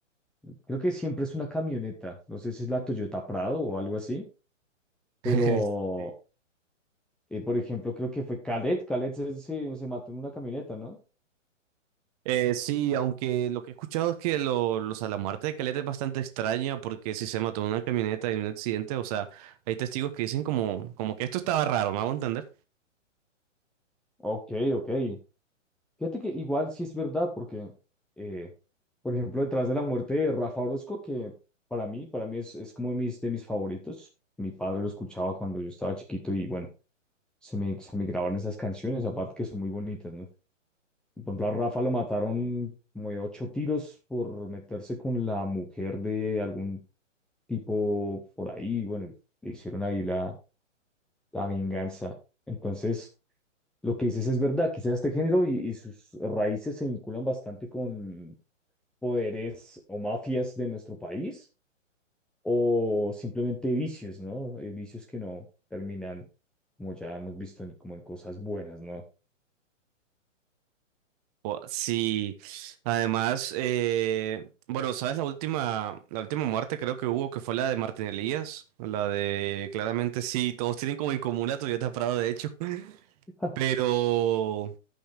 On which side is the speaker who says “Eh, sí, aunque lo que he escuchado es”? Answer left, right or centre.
Right